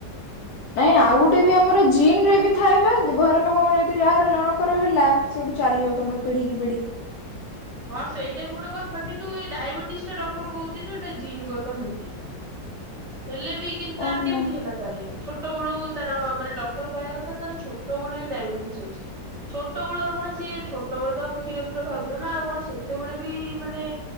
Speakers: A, on the left; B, on the right.
A: ନାଇଁ ଆଉ ଗୋଟେ ବି ଆମର ଜିିନ ରେ ବି ଥଏ ବା ଘର ଲୋକଙ୍କ ଯଦି ଯାହାର ଜଣଙ୍କର ହେଲା। ସେଇଠୁ ଚାଲିବ ତାଙ୍କର ପିଢି କୁ ପିଢି।
B: ହଁ ସେଇଟା ବି ଗୋଟେ କଥା କିନ୍ତୁ ଏଇ ଡାଇବେଟିସ୍ ଟା ଡକ୍ଟର କହୁଛି ଯେ ଏଇଟା ଜିନ୍ ଗତ ନୁହେଁ। ହେଲେ ବି କିନ୍ତୁ ତାର
A: ଓହୋ।
B: କେମିତି ହେଲା ତାହାଲେ। ଛୋଟ ବେଳୁ ତାର ମାନେ ଡକ୍ଟର କହିବା କଥା ତାର ଛୋଟ ବେଳୁ ହିଁ ଡାଇବେଟିସ୍ ଅଛି। ଛୋଟ ବେଳୁ ଆଉ କଣ ସିଏ ଛୋଟବେଳୁ ତ ଆଉ କ୍ଷୀରଫିର ଖାଉଥିବ ନା ଆଉ। କଣ ସେତେବେଳେ ବି ମାନେ